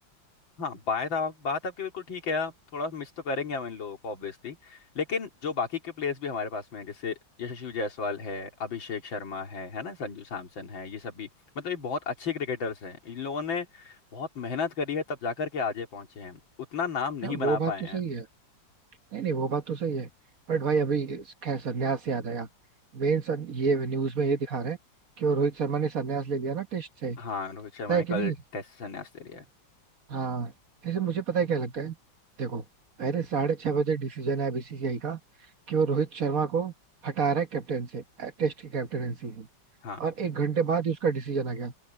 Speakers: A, on the left; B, on the right.
A: हाँ बात आप बात आपकी बिल्कुल ठीक है आप थोड़ा मिस तो करेंगे हम इन लोगों को ऑब्वियसली लेकिन जो बाकी के प्लेयर्स भी हमारे पास में हैं जैसे यशस्वी जायसवाल है अभिषेक शर्मा है है ना संजू सैमसन है ये सब भी मतलब ये बहुत अच्छे क्रिकेटर्स हैं इन लोगों ने बहुत मेहनत करी है तब जाकर के आज ये पहुंचे हैं उतना नाम
B: हाँ,
A: नहीं
B: वो
A: बना
B: बात
A: पाए
B: तो
A: हैं
B: सही है नहीं नहीं वो बात तो सही है बट भाई अभी खैर संन्यास से याद आया मेन सर ये न्यूज में ये दिखा रहे हैं कि वो रोहित शर्मा ने संन्यास ले लिया ना टेस्ट से
A: हाँ रोहित
B: पता
A: शर्मा
B: है
A: ने
B: कि
A: कल
B: नहीं
A: टेस्ट से संन्यास ले लिया है
B: हाँ जैसे मुझे पता है क्या लगता है देखो पहले साढ़े छह बजे डिसीजन है बीसीसीआई का कि वो रोहित शर्मा को हटा रहा है कैप्टन से टेस्ट की कैप्टनसी से
A: हाँ
B: और एक घंटे बाद ही उसका डिसीजन आ गया